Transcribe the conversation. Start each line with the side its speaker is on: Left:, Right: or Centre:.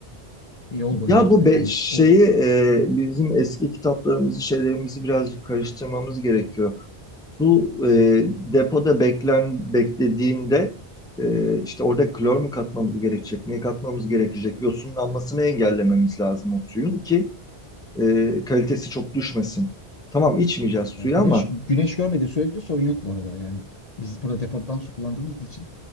Left: yol boyunca
Centre: Ya bu be-
Left: yani
Centre: şeyi
Left: o
Centre: e, bizim eski kitaplarımızı, şeylerimizi birazcık karıştırmamız gerekiyor. Su e, depoda beklen beklediğinde e, işte orada klor mu katmamız gerekecek, ne katmamız gerekecek, yosunlanmasını engellememiz lazım o suyun ki e, kalitesi çok düşmesin. Tamam içmeyeceğiz suyu
Left: Yani güneş
Centre: ama
Left: güneş görmediği sürece sorun yok bu arada yani. Biz burada depodan su kullandığımız için